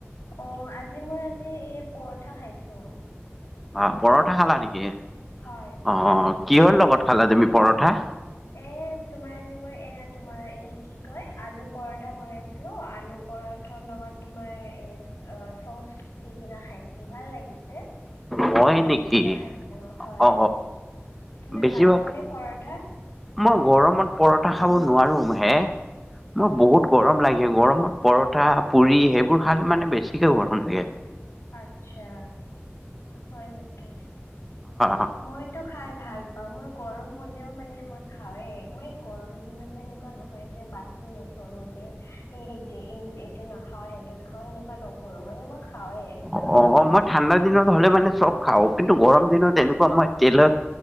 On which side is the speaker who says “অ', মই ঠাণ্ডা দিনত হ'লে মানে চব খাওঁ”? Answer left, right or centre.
Centre